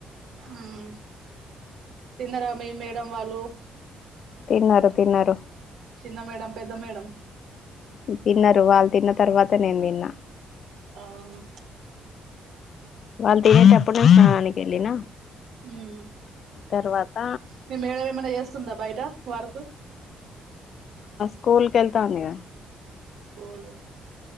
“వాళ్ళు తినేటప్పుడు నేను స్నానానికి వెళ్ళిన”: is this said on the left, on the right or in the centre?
Left